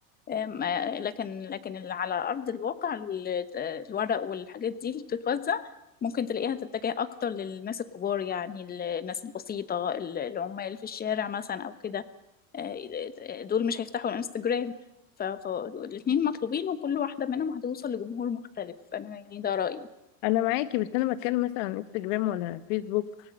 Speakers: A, on the left; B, on the left.
A: أم، آه، لكن لكن اللي على أرض الواقع ال- الورق والحاجات دي اللي بتتوزع ممكن تلاقيها تتجه أكتر للناس الكبار يعني الناس البسيطة ال- العمال في الشارع مثلا أو كده آه، دول مش هيفتحوا الانستجرام فالاتنين مطلوبين وكل واحدة منهم هتوصل لجمهور مختلف أنا يعني ده رأيي
B: انا معاكي بس انا بتكلم مثلا عن انستجرام ولا فيسبوك